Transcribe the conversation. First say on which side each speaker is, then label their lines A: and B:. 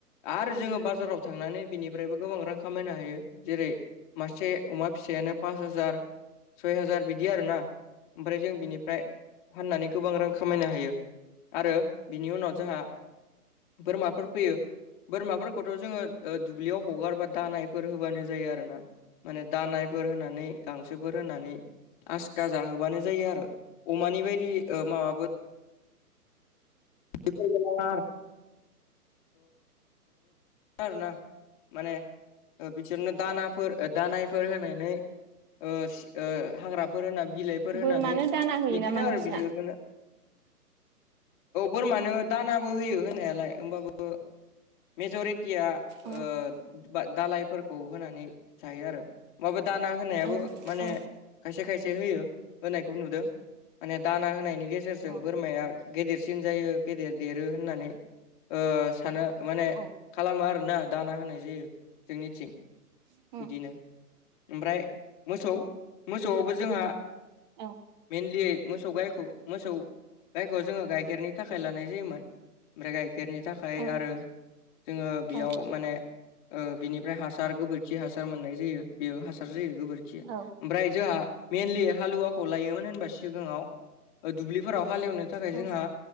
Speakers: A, on the left; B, on the right.
A: आरो जोङो बाजाराव थांनानै बिनिफ्रायबो गोबां रां खामायनो हायो जेरै मासे अमा फिसायानो पास हाजार सय हाजार बिदि आरोना ओमफ्राय जों बिनिफ्राय फाननानै गोबां रां खा खामायनो हायो आरो बिनि उनाव जोंहा बोरमाफोर फैयो। बोरमाफोरखौथ' जोङो ओ दुब्लियाव हगारबा दानायफोर होबानो जायो आरोना। माने दानायफोर होनानै गांसोफोर होनानै आसखा जाहोबानो जायो आरो अमानि बायदि ओ माबाबो <unintelligible> आरोना माने ओ बिसोरनो दानाफोर दानायफोर होनानै ओ सि ओ हाग्राफोर होना बिलाइफोर
B: बोरमानो
A: होनानै
B: दाना होयो
A: बिदिनो
B: नामा नोंसिना
A: आरो बिहर गोनो बोरमानो दानाबो होयो होनायालाय होमबाबो मेज'रिटिया
B: औ
A: ओ बा दालायफोरखौ होनानै जायो आरो माबा दाना होनायाबो
B: औ
A: माने
B: औ
A: खायसे खायसे होयो होनायखौ नुदों। माने दाना होनायनि गेजेरजों
B: औ
A: बोरमाया गेदेरसिन जायो गेदेर देरो होननानै ओ सानो माने
B: औ
A: खालामो आरोना दाना होनाय जायो जोंनिथिं
B: आदसा
A: बिदिनो ओमफ्राय मोसौ मोसौआवबो जोंहा
B: औ
A: मेइनलि मोसौ गायखौ मोसौ गायखौ जोङो गाइखेरनि थाखाय लानाय जायोमोन ओमफ्राय गाइखेरनि थाखाय
B: औ
A: आरो जोङो बेयाव
B: औ
A: माने ओ बिनिफ्राय हासार गोबोरखि हासार मोननाय जायो बेयो हासार जायो गोबोरखिया
B: औ
A: ओमफ्राय जोंहा मेनलि हालुवाखौ लायोमोन होनबा सिगाङाव दुब्लिफोराव हालेवनो थाखाय
B: औ
A: जोंहा
B: औ।